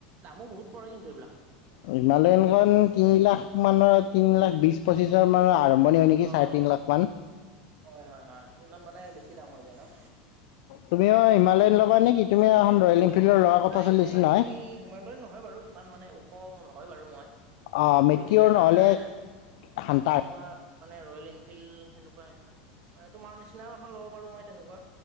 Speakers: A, on the right; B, on the left.
A: নামো বহুত পৰে কিন্তু এইবিলাক।
B: হিমালয়নখন তিনি লাখ মানৰ তিন লাখ বিশ পচিশৰ মানৰ আ মানী হয় নেকি
A: অ',
B: চাৰে তিন লাখ মান।
A: হয়, হয়, হয় ইমান মানে বেছি দাম হৈ যায় নহ?
B: তুমিও হিমালয়ান ল'বা নেকি? তুমিও এখন ৰয়েল এনফিল্ডৰ লোৱাৰ কথা
A: নাই,
B: চলি
A: নাই
B: আছিল নহয়।
A: মই হিমালয়ন নহয় বাৰু ইমান মানে ওখ নহয় বাৰু মই।
B: অ'
A: কিন্তু
B: মেটিয়ৰ
A: সেই আৰু
B: নহ'লে
A: তাৰে
B: হান্তাৰ
A: এনেকুৱা মানে ৰয়েল এনফিল্ড সেনেকুৱাই তোমাৰ নিচিনাও এখন ল'ব পাৰোঁ মই তেনেকুৱা,